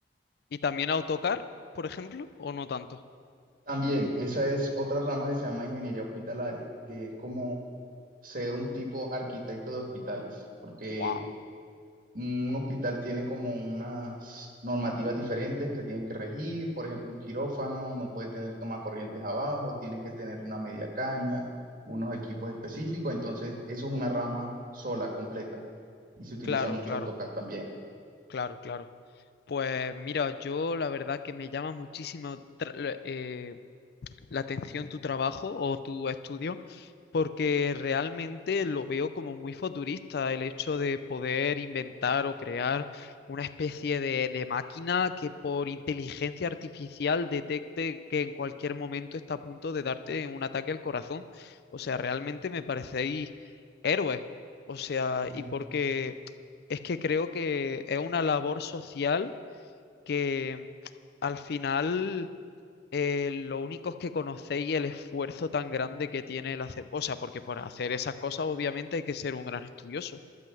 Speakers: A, on the left; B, on the right.
A: ¿Y también AutoCAD, por ejemplo, o no tanto?
B: También, esa es otra rama que se llama ingeniería hospitalaria, que es como ser un tipo arquitecto de hospitales, porque
A: Wow.
B: un hospital tiene como unas normativas diferentes que se tienen que regir, por ejemplo, un quirófano no puede tener tomacorrientes abajo, tiene que tener una media caña, unos equipos específicos, entonces eso es una rama sola, completa, y se utiliza
A: Claro,
B: mucho
A: claro,
B: AutoCAD también.
A: claro, claro. Pues mira, yo la verdad que me llama muchísimo eh, la atención tu trabajo o tu estudio, porque realmente lo veo como muy futurista el hecho de poder inventar o crear una especie de, de máquina que por inteligencia artificial detecte que en cualquier momento está a punto de darte un ataque al corazón. O sea, realmente me parecéis héroes. O sea,
B: <laughs>
A: y porque es que creo que es una labor social que al final eh, lo único es que conocéis el esfuerzo tan grande que tiene el hacer, o sea, porque para hacer esas cosas obviamente hay que ser un gran estudioso.